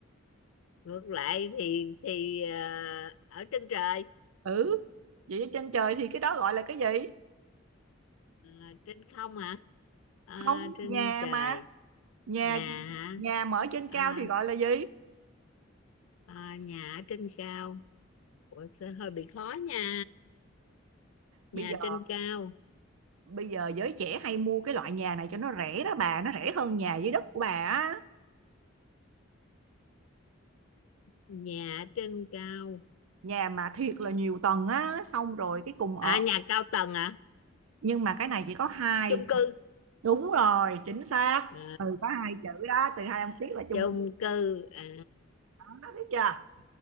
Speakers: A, on the left; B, on the right.
A: ngược lại thì thì à, ở trên trời
B: ừ vậy ở trên trời thì cái đó gọi là cái gì
A: à, trên không hả à,
B: không
A: trên
B: nhà
A: trời
B: mà nhà
A: nhà hả
B: nhà mở trên
A: à,
B: cao thì gọi là gì
A: à, nhà ở trên cao Ủa, sẽ hơi bị khó nha
B: bây
A: nhà
B: giờ
A: trên cao
B: bây giờ giới trẻ hay mua cái loại nhà này cho nó rẻ đó bà nó rẻ hơn nhà dưới đất của bà á
A: nhà trên cao
B: nhà mà thiệt là nhiều tầng á xong rồi cái cùng ở
A: à nhà cao tầng à
B: nhưng mà cái này chỉ có hai
A: chung cư
B: Đúng rồi, chính xác.
A: à,
B: Từ có hai chữ đó, từ hai âm tiết là chung
A: chung
B: cư
A: cư à,
B: đó, thấy chưa?